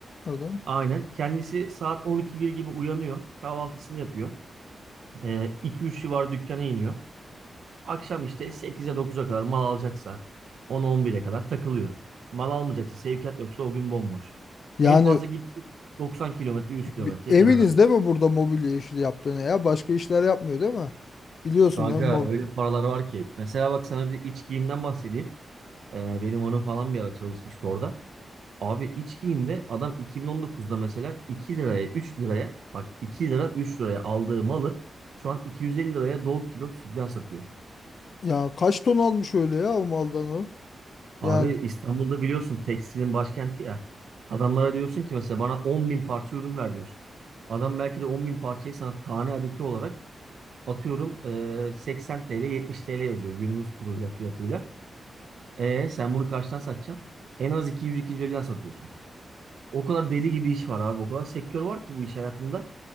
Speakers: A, on the left; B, on the right.
A: orada
B: Aynen. Kendisi saat 12 gibi uyanıyor. Kahvaltısını yapıyor. Ee, 2-3 civarı dükkana iniyor. Akşam işte 8'e 9'a kadar mal alacaksa 10'a 11'e kadar takılıyor. Mal almayacaksa sevkiyat yoksa o gün bomboş.
A: Yani
B: En fazla gitti 90 kilometre 100
A: Bi-
B: kilometre
A: Eminiz
B: kenara.
A: değil mi burada mobilya işi yaptığını ya? Başka işler yapmıyor değil mi? Biliyorsun
B: Kanka
A: değil mi? mob-
B: öyle paralar var ki. Mesela bak sana bir iç giyimden bahsedeyim. Ee, benim hanım falan bir ara çalışmıştı orada. Abi iç giyimde adam 2019'da mesela 2 liraya 3 liraya bak 2 lira 3 liraya aldığı malı şu an 250 liraya Doğu Kilo sütyen satıyor.
A: Ya kaç ton almış öyle ya o maldan o?
B: Abi
A: Yani
B: İstanbul'da biliyorsun tekstilin başkenti ya. Adamlara diyorsun ki mesela bana 10 bin parça ürün ver diyorsun. Adam belki de 10 bin parçayı sana tane adeti olarak atıyorum eee, 80 TL 70 TL yazıyor günümüz kuruyla fiyatıyla. E sen bunu kaçtan satacaksın? En az 200-250'den satıyorsun. O kadar deli gibi iş var abi. O kadar sektör var ki bu iş hayatında.